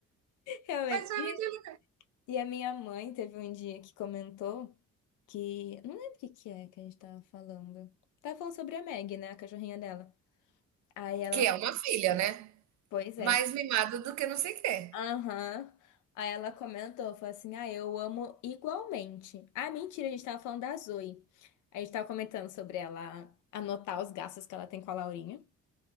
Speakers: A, on the left (about 80°); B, on the right (about 65°).
A: Realmente.
B: Mas foi
A: E,
B: muito...
A: e a minha mãe teve um dia que comentou que. Não lembro o que que é que a gente tava falando. Tava falando sobre a Meg, né? A cachorrinha dela. Aí ela.
B: Que é uma filha, né?
A: Pois
B: Mais
A: é.
B: mimada do que não sei o quê.
A: Aham. Aí ela comentou, falou assim: Ah, eu amo igualmente. Ah, mentira, a gente tava falando da Zoe. A gente tava comentando sobre ela anotar os gastos que ela tem com a Laurinha.